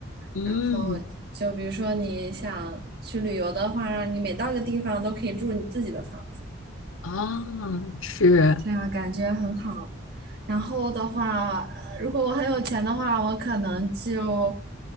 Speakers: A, on the left (about 75°); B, on the right (about 50°).
A: 嗯，
B: 然后就比如说你想去旅游的话，你每到一个地方都可以住你自己的房子。
A: 哦，是。
B: 这样感觉很好。然后的话，呃如果我很有钱的话，我可能就